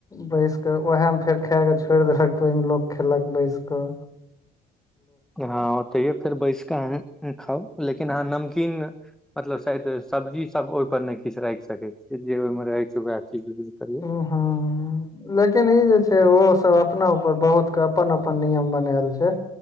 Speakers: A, on the left (about 20°); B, in the centre.
A: बैस कऽ उएहमे फेर खाए कऽ छोड़ि देलक तऽ ओहिमे लोक खयलक बैसि कऽ
B: हँ ओतहिे फेर बैस कऽ अहाँ खाउ लेकिन अहाँ नमकीन मतलब शायद सब्जी सब ओय पर ने किछ राखि सके छी जे ओय मे रहे छै वह चीज यूज करियो
A: ओ हाँ लेकिन ई जे छै। ओहोसभ अपना उऊपर बहुतके अपन अपन नियम बनायल छै।